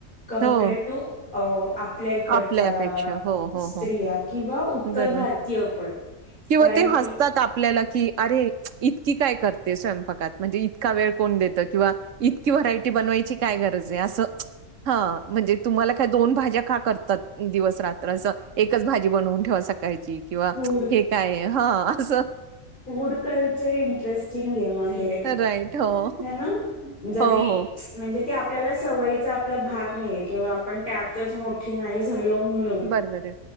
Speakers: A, on the left (about 35°); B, on the right (about 65°).
A: कमपेअर
B: हो,
A: टू अ आपल्या इकडच्या
B: आपल्या अपेक्षा. हो, हो,
A: स्त्रिया
B: हो,
A: किंवा उत्तर
B: बरोबर.
A: भारतीय पण
B: किंवा
A: कारण
B: ते हसतात
A: की
B: आपल्याला, की अरे इतकी काय करते स्वयंपाकात म्हणजे इतका वेळ कोण देतं किंवा इतकी व्हरायटी बनवायची काय गरज अस ह म्हणजे तु का दोन भाज्या का करतात दिवस रात्र असं एकच भाजी बनवून ठेवा सकाची किंवा
A: फूड
B: हे काय ह अस
A: फूड कल्चर इंटरेस्टिंग गेम आहे
B: राइट. हो,
A: ह ना जरी
B: हो, हो.
A: म्हणज आपल्याला सवयीचा आपला भाग नाही किंवा आपण त्यातच मोठे नाही झालो ह
B: बरोबर आहे.